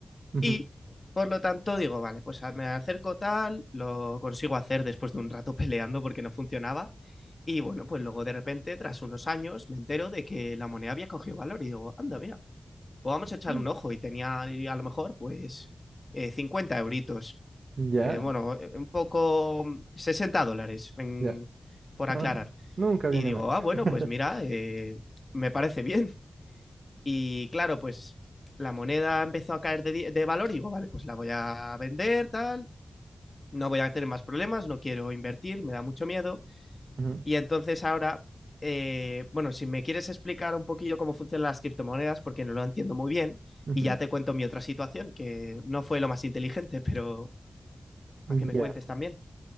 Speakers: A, on the right; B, on the left.
A: Ujú.
B: Y por lo tanto digo, vale, pues me acerco tal, lo consigo hacer después de un rato <laughs> peleando porque no funcionaba. Y bueno, pues luego de repente, tras unos años, me entero de que la moneda había cogido valor y digo, anda, mira, pues vamos a echarle
A: <laughs>
B: un ojo. Y tenía a lo mejor pues eh, 50 euritos,
A: Ya,
B: que bueno, eh, un poco sesenta dólares, en-
A: ya.
B: por aclarar.
A: No, no, nunca viene
B: Y digo,
A: mal.
B: ah,
A: <laughs>
B: bueno, pues mira, eh, me parece bien. Y claro, pues la moneda empezó a caer de, di- de valor y digo, vale, pues la voy a vender, tal, no voy a tener más problemas, no quiero invertir, me da mucho miedo.
A: Ujú,
B: Y entonces ahora, eh, bueno, si me quieres explicar un poquillo cómo funcionan las criptomonedas, porque no lo entiendo muy bien,
A: ujú.
B: y ya te cuento mi otra situación, que no fue lo más inteligente, pero para
A: Ya.
B: que me cuentes también.